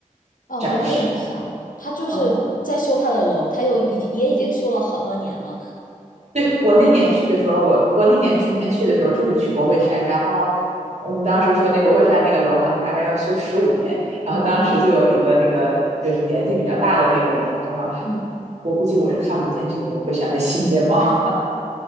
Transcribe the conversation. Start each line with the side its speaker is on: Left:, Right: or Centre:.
Left: 哦，
Right: 展示？
Left: 不会影响。他就是在修他的楼，
Right: 哦
Left: 他又已经也已经修了好多年了。
Right: 对，我那年去的时候，我我那年春天去的时候就是去国会山，然后我们当时说那国会山那个楼好像大概要修十五年，然后当时就有一个那个就是年纪比较大的那个人说，他说哎
Left: 嗯，
Right: 我估计我是看不见这个国会山的新面貌。